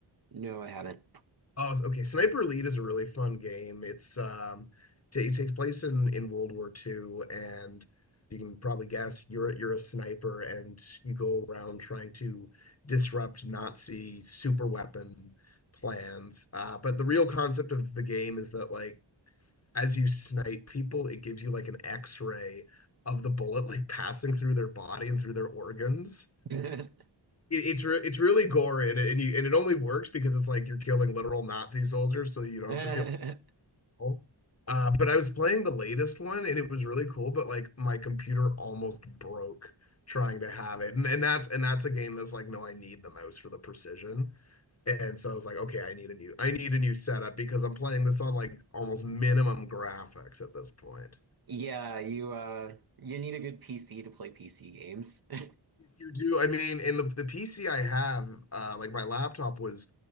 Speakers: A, on the right (about 50°); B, on the left (about 35°).
A: No, I haven't.
B: Oh, okay. Sniper Elite is a really fun game. It's um, ta it takes place in in World War Two, and you can probably guess you're a- you're a sniper, and you go around trying to disrupt Nazi super weapon plans. Uh, but the real concept of the game is that like as you snipe people, it gives you like an X-ray of the bullet like passing through their body and through their organs
A: <laughs>
B: it's re- it's really gory and it, and, you, and it only works because it's like you're killing literal Nazi soldiers, so you don't
A: Yeah,
B: have to feel. Old. Uh, but I was playing the latest one and it was really cool, but like my computer almost broke trying to have it, and, and that's and that's a game that's like no, I need the mouse for the precision, and so I was like, okay, I need a new I need a new setup because I'm playing this on like almost minimum graphics at this point.
A: you uh you need a good PC to play PC games. <laughs>
B: You do, I mean, and the the PC I have, uh, like my laptop was